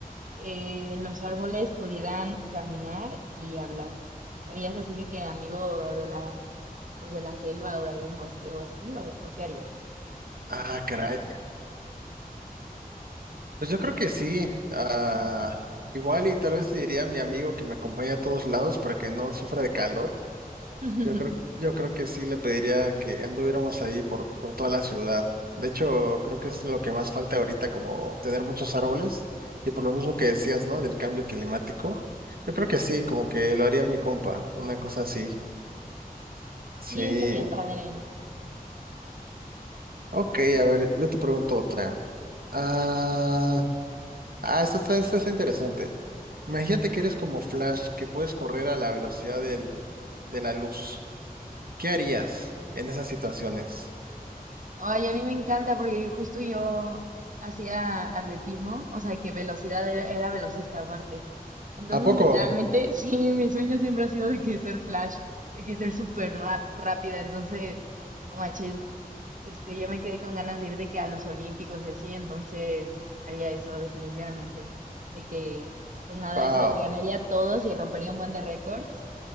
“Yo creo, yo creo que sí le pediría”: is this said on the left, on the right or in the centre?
Right